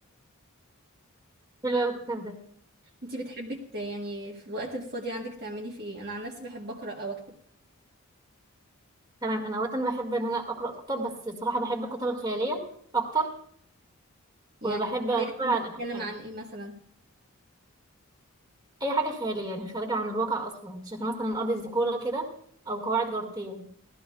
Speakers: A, on the right; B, on the right.
A: حلو أوي الكتاب ده
B: انتي بتحبي ت- يعني في الوقت الفاضي عندك تعملي فيه ايه انا عن نفسي بحب اقرا او اكتب
A: تمام انا وقتا بحب ان انا اقرا كتب بس صراحة بحب الكتب الخيالية اكتر
B: يعني
A: وبحب
B: البداية
A: اقرا
B: تكون بتتكلم
A: عن
B: عن ايه مثلا
A: اي حاجة خيالية يعني خارجة عن الواقع اصلا شكل مثلا ارض زيكولا كده او قواعد جارتين